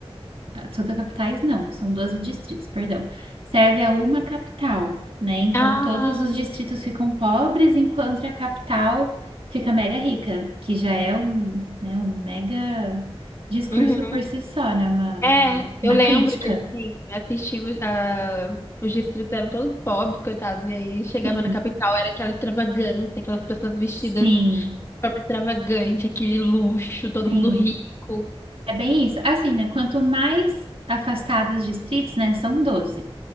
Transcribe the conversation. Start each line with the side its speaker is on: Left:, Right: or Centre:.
Right: a- Todas capitais não, são 12 distritos, perdão. Serve a uma capital, né? Então
Left: Ah,
Right: todos os distritos ficam pobres enquanto a capital fica mega rica, que já é um, né, um mega discurso
Left: uhum.
Right: por si só, né? Uma, uma,
Left: É,
Right: uma
Left: eu lembro
Right: crítica.
Left: que, assim, assistindo, ah, os distritos eram todos pobres, coitados, e aí chegava
Right: Sim.
Left: na capital, era aquela extravagância, aquelas pessoas vestidas
Right: Sim.
Left: de forma extravagante, aquele luxo, todo
Right: Sim,
Left: mundo rico.
Right: é bem isso. Assim, né? Quanto mais afastados os distritos, né? São 12